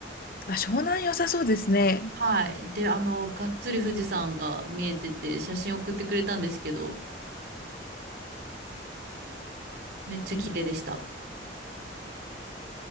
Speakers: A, on the left; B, on the right.
A: あ、湘南良さそうですね。
B: はい。で、あの、がっつり富士山が見えてて、写真送ってくれたんですけど、めっちゃ綺麗でした。
A: うん、